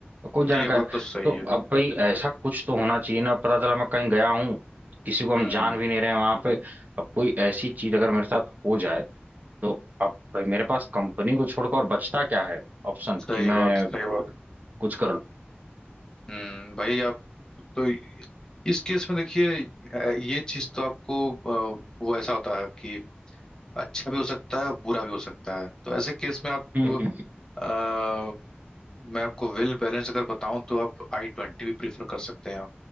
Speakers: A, on the right; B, on the left.
A: कोई जानकारी
B: नहीं ये बात तो सही
A: तो
B: है
A: अब भाई ऐसा कुछ तो होना चाहिए ना पता चला मैं कहीं गया हूँ किसी को हम
B: हम्म।
A: जान भी नहीं रहे हैं वहां पे अब कोई ऐसी चीज अगर मेरे साथ हो जाए तो अब भाई मेरे पास कंपनी को छोड़कर और बचता क्या है ऑप्शन
B: सही
A: कि मैं
B: बात सही बात
A: कुछ करूं
B: हम्म भाई आप तो इस केस में देखिए ये चीज तो आपको अ, वो ऐसा होता है कि अच्छा भी हो सकता है और बुरा भी हो सकता है तो ऐसे केस में आप
A: हम्म
B: अ, मैं आपको वेल बैलेंस अगर बताऊं तो आप आई ट्वेंटी भी प्रीफर कर सकते हैं